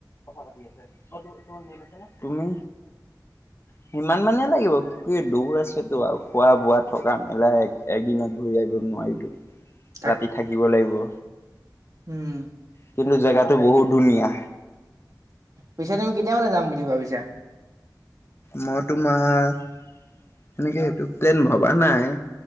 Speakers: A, on the left (about 35°); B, on the right (about 50°).
A: খালি আছে, অ' তোৰ। তুমি?
B: <inaudible>
A: সিমান মানে লাগিব। কি দূৰ আছেতো। আৰু খোৱা বোৱা, থকা মেলা। একদিনত ঘূৰি আহিব নোৱাৰিটো।
B: <inaudible>
A: ৰাতি থাকিব লাগিব।
B: উম।
A: কিন্তু, জেগাটো বহুত ধুনীয়া।
B: পিছে, তুমি কেতিয়া মানে যাম বুলি ভাবিছা?
A: মই তোমাৰ, সেনেকে সেইটো প্লেন ভবা নাই,